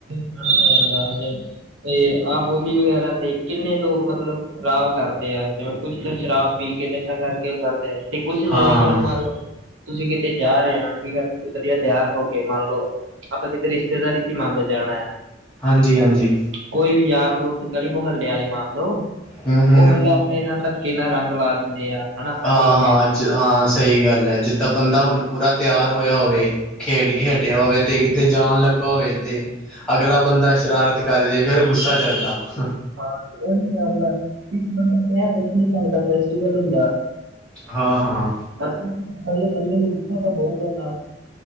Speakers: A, on the right; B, in the centre.
A: ਖਾਣਾ ਹੋ ਜਾਂਦਾ <unintelligible> ਤੇ, ਆ ਹੋਲੀ ਵਗੈਰਾ ਤੇ ਕਿੰਨੇ ਲੋਕ ਮਤਲਬ ਖਰਾਬ ਕਰ ਤੇ ਆ, ਜਿਵੇਂ ਕੁਛ ਤੇ ਸ਼ਰਾਬ ਪੀਕੇ ਨਸ਼ਾ ਕਰਕੇ ਓ ਕਰਦੇ ਤੇ ਕੁਛ ਜੈਂਵੇ
B: ਹਾਂ
A: ਕਿ ਹੁਣ ਮੰਨ ਲੋ ਤੁਸੀ ਕਿਤੇ ਜਾ ਰੇ ਓ ਠੀਕ ਐ ਤੁਸੀ ਵਧੀਆ ਤਿਆਰ ਹੋਕੇ ਮੰਨ ਲੋ ਆਪਾਂ ਕਿਤੇ ਰਿਸ਼ਤੇਦਾਰੀ ਚੀ ਮੰਨਲੋ ਜਾਣਾ ਐ।
B: ਹਾਂਜੀ-ਹਾਂਜੀ।
A: ਕੋਈ ਵੀ ਯਾਰ-ਦੋਸਤ, ਗਲੀ-ਮੁਹੱਲੇ ਆਲੇ ਮੰਨਲੋ,
B: ਹੂੰ ਹੂੰ
A: ਓ ਮਲਬ ਏਨਾ ਧੱਕੇ ਨਾਲ ਰੰਗ ਲਾ ਦਿੰਦੇ ਆ। ਹਨਾ ਆਪਾਂ
B: ਆ, ਹਾਂ
A: ਨੂੰ ਵੇਟ ਦਿੰਦੇ
B: ਜ ਹਾਂ,
A: ਆ
B: ਸਈ ਗੱਲ ਐ, ਜਿੱਦਾਂ ਬੰਦਾ ਹੁਣ ਪੂਰਾ ਤਿਆਰ ਹੋਇਆ ਹੋਵੇ ਖੇਡਕੇ ਹਟਿੱਆ ਹੋਵੇ, ਤੇ ਕਿਤੇ ਜਾਨ ਲੱਗਾ ਹੋਵੇ ਤੇ ਅਗਲਾ ਬੰਦਾ ਸ਼ਰਾਰਤ ਕਰਜੇ ਫੇਰ ਗੁੱਸਾ ਚੜਦਾ। ਹੰ
A: ਹਾਂ, ਓਹੀ ਗੱਲ ਐ ਇੱਕ ਬੰਦੇ ਨੇ ਕੇਆ ਫੈਸਟੀਵਲ ਦਾ ਮਤਲਬ ਫੈਸਟੀਵਲ ਹੁੰਦਾ‌ ਐ।
B: ਹਾਂ-ਹਾਂ।
A: ਅਗਲੇ ਬੰਦੇ ਨੂੰ ਗੁੱਸਾ ਤਾ ਬੌਤ ਆਂਦਾ।